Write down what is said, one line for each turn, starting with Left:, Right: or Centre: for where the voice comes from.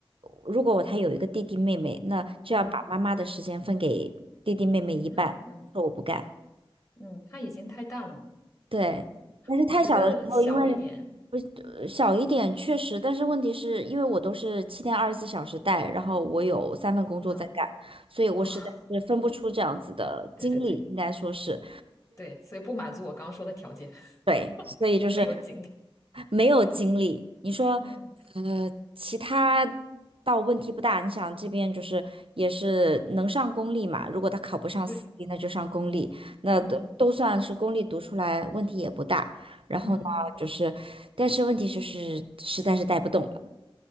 Right: 如果我她有一个弟弟妹妹，那就要把妈妈的时间分给弟弟妹妹一半，
Left: 嗯嗯嗯
Right: 说我不干。
Left: 嗯，他已经太大了嘛，
Right: 对，但是太小的时候，
Left: 我觉得小一点，
Right: 因为呃小一点确实，但是问题是因为我都是七天二十四小时带，然后我有三份工作在干，
Left: 嗯，
Right: 所以我实在是分不出这样子的精力，
Left: 哦，<laughs> 对对对
Right: 应该说是。
Left: 对，所以不满足我刚刚说的条件，
Right: 对，
Left: <laughs>
Right: 所以就是
Left: 没有经历。
Right: 没有精力。你说，
Left: 嗯，
Right: 呃，其他倒问题不大。你想这边就是也是能上公立嘛，如果他考不上私立，
Left: 对，
Right: 那就上公立，那都都算是公立读出来，
Left: 嗯
Right: 问题也不大。然后呢，
Left: 嗯，
Right: 就是，但是问题就是实在是带不动了。